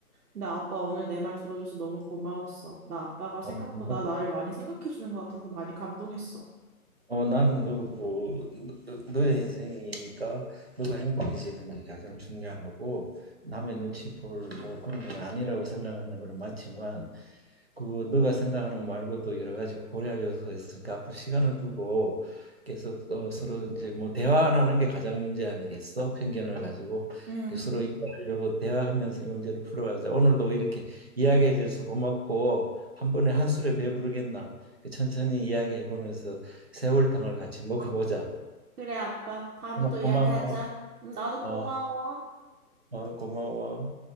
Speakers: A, on the right; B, on the right.
A: 근데 아빠 오늘 내 말 들어줘서 너무 고마웠어. 나 아빠가 생각보다
B: 음.
A: 나를 많이 생각해주는 것 같아서 많이 감동했어.
B: 어, 나는 너 뭐, 너, 너의 인생이니까 너가 행복해지는 게 가장 중요하고 남의 눈치 볼 뭐 그런 건 아니라고 생각하는 건 맞지만 그 너가 생각하는 거 말고도 여러 가지 고려할 요소가 있으니까 앞으로 시간을 두고 계속 어, 서로 이제 뭐 대화 안 하는 게 가장 문제 아니겠어? 편견을 가지고
A: 응,
B: 그 서로 이해하려고 대화하면서 이 문제를 풀어가자. 오늘도 이렇게 이야기해 줘서 고맙고 한 번에 한 술에 배부르겠나? 그 천천히 이야기해 보면서 세월탕을 같이 먹어보자.
A: 그래, 아빠. 다음에
B: 어,
A: 또
B: 고마워.
A: 이야기하자. 응, 나도 고마워.
B: 어, 어, 고마워.